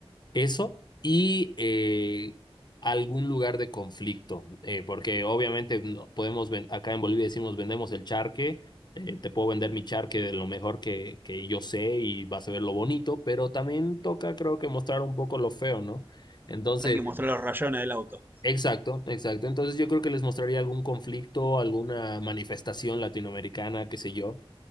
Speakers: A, on the left (about 45°); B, on the right (about 20°).
A: Eso y eh, algún lugar de conflicto, eh, porque obviamente no podemos, ven- acá en Bolivia decimos vendemos el charque, eh, te puedo vender mi charque de lo mejor que, que yo sé y vas a ver lo bonito, pero también toca creo que mostrar un poco lo feo, ¿no? Entonces,
B: Hay que mostrar los rayones del auto.
A: exacto, exacto. Entonces yo creo que les mostraría algún conflicto, alguna manifestación latinoamericana, qué sé yo